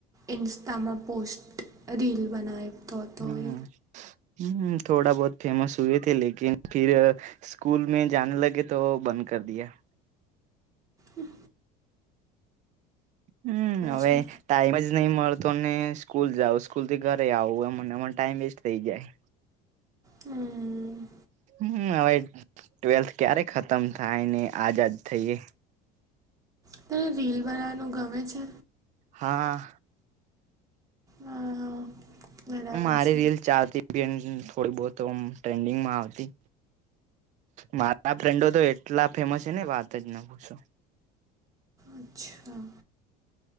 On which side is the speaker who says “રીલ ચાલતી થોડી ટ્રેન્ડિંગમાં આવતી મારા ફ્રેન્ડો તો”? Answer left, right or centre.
Right